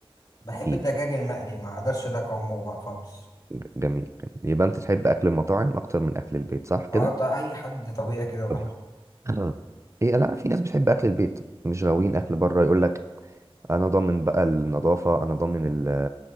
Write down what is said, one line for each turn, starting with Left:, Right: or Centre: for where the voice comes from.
Left: بحب
Right: اكيد
Left: الدجاج المقلي ما أقدرش ده أقاومه بقى خالص
Right: جميل جميل يبقى انت تحب اكل المطاعم اكتر من اكل البيت صح كده
Left: اه طيب أي حد طبيعي كده بروح
Right: طب <clears throat> ايه لا في ناس بتحب اكل البيت مش غاويين اكل بره يقول لك انا ضامن بقى النظافه انا ضامن ال-